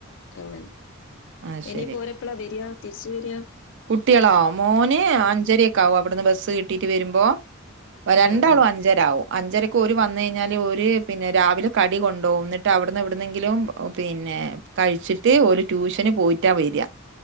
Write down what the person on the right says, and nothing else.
അത് ശരി
കുട്ടികളോ, മോന് അഞ്ചരയൊക്കെ ആവും അവിടുന്ന് ബസ്സ് കിട്ടീട്ട് വരുമ്പോ. രണ്ടാളും
അഞ്ചരാവും. അഞ്ചരക്ക് ഓര് വന്നുകഴിഞ്ഞാല് ഓരു പിന്നെ രാവിലെ കടി കൊണ്ടോവും എന്നിട്ട് അവിടുന്ന് എവിടുന്നെങ്കിലും പിന്നെ.. ഏ കഴിച്ചിട്ട് ഓരു ട്യൂഷന് പോയിട്ടാ വര്യ.